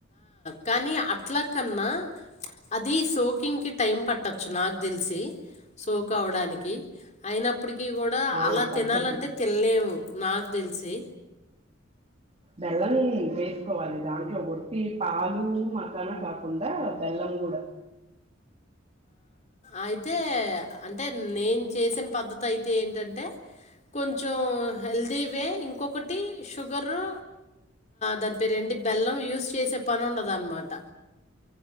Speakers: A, on the left (about 35°); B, on the right (about 30°).
A: కానీ అట్లా కన్నా అది సోకింగ్కి టైం పట్టొచ్చు నాకు తెలిసి సోక్ అవడానికి అయిన అప్పటికీ కూడా
B: ఆ
A: అలా
B: పట్టిద్ది
A: తినాలంటే తినలేము నాకు తెలిసి
B: బెల్లం వేసుకోవాలి దాంట్లో వట్టి పాలు మకాన కాకుండా బెల్లం కూడా
A: అయితే అంటే నేను చేసిన పద్ధతి అయితే ఏంటంటే కొంచెం హెల్దీ వే ఇంకొకటి షుగరు దాని పేరు ఏంటి బెల్లం యూస్ చేసే పని ఉండదన్నమాట